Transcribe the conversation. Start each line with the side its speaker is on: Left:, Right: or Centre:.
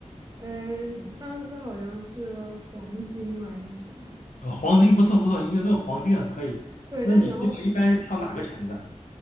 Right: 呃，当时好像是黄金嘛还是什么，
Left: 呃，黄金不错不错，应该都有黄金了，可以。
Right: 对，
Left: 那你这个一般是跳哪个城的？
Right: 但然后